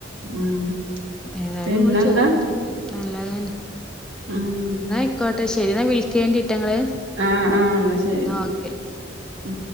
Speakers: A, on the right; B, in the centre.
A: ഉം
B: ഏതായാലും
A: പിന്നെന്താ
B: ങ്ങള് ചോയ്ച്ചോക്കി നല്ലതന്നെ
A: ഉം
B: ന്നാ അയ്ക്കോട്ടെ ശരി ന്നാ വിളിക്കേണ്ടി ട്ടങ്ങള്
A: ആഹ് ആഹ് ഇന്നാ ശരി
B: ന്നാ
A: ഇന്നാ
B: ഓക്കെ
A: ഉം